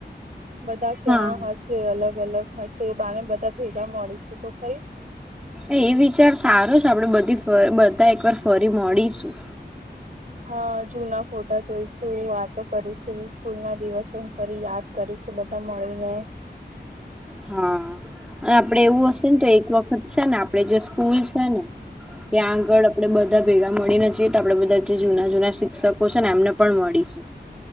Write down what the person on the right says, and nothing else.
બધા ક્યાં
હશે જે અલગ અલગ હશે એ બને બધા ભેગા મળીશું તો ખરી
હા જુના ફોટા જોઈશું વાતો કરીશું સ્કૂલ ના દિવસો હું ફરી યાદ કરીશું બધા મળીને